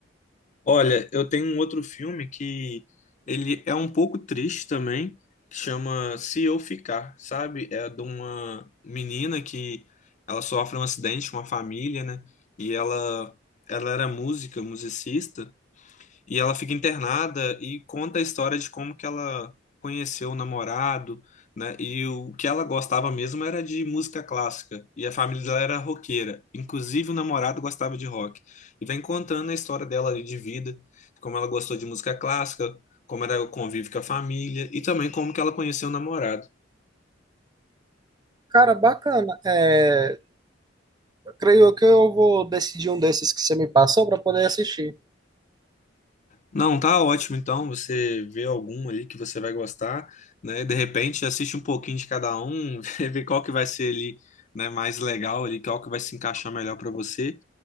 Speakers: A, on the left; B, on the right.
A: Olha, eu tenho um outro filme que ele é um pouco triste também, que chama Se Eu Ficar, sabe? É de uma menina que ela sofre um acidente com a família, né? E ela ela era música, musicista, E ela fica internada e conta a história de como que ela conheceu o namorado, né? E o que ela gostava mesmo era de música clássica. E a família dela era roqueira. Inclusive o namorado gostava de rock. E vai contando a história dela ali de vida, como ela gostou de música clássica, como era o convívio com a família e também como que ela conheceu o namorado.
B: Cara, bacana. É, Creio que eu vou decidir um desses que você me passou para poder assistir.
A: Não, tá ótimo. Então, você vê algum ali que você vai gostar, né? De repente, assiste um pouquinho de cada um, <laughs> vê qual que vai ser ali, né, mais legal ali, qual que vai se encaixar melhor para você.